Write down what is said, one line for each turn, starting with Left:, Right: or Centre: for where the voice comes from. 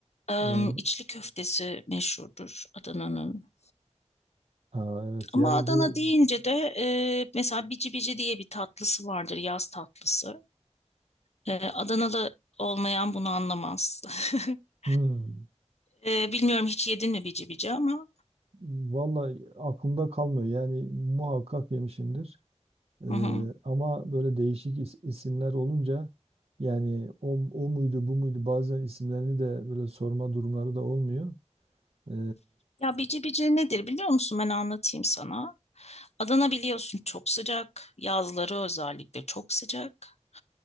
Left: Em,
Right: e,
Left: içli köftesi meşhurdur Adana'nın.
Right: ha, evet
Left: Ama
Right: yani
Left: Adana
Right: bu
Left: deyince de e, mesela bici bici diye bir tatlısı vardır. Yaz tatlısı. E, Adanalı olmayan bunu anlamaz. <laughs>
Right: hmm,
Left: E, bilmiyorum hiç yedin mi bici bici ama.
Right: vallahi aklımda kalmıyor yani muhakkak yemişimdir. Ee,
Left: Hı hı.
Right: ama böyle değişik is- isimler olunca yani o, o muydu bu muydu bazen isimlerini de böyle sorma durumları da olmuyor. Ee,
Left: Ya bici bici nedir biliyor musun? Ben anlatayım sana. Adana biliyorsun çok sıcak. Yazları özellikle çok sıcak.